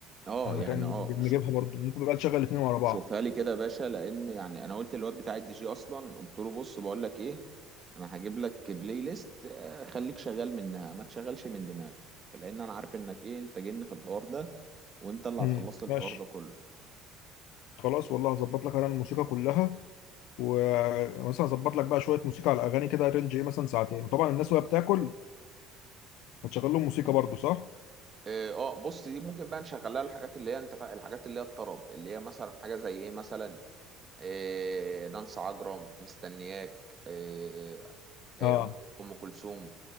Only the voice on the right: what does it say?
آه،
يعني
اه
شوفها لي كده يا باشا لان يعني انا قلت للواد بتاع الدي جي اصلا قلت له بص بقول لك ايه انا هجيب لك بلاي ليست آه، خليك شغال منها ما تشغلش من دماغك لان انا عارف انك ايه انت جن في الحوار ده وانت اللي
هتخلص لي الحوار
ده كله
اه آه، بص دي ممكن بقى نشغلها الحاجات اللي هي انت فا- الحاجات اللي هي الطرب اللي هي مثلا حاجه زي ايه مثلا آه نانسي عجرم مستنياك آه آه
ام أم كلثوم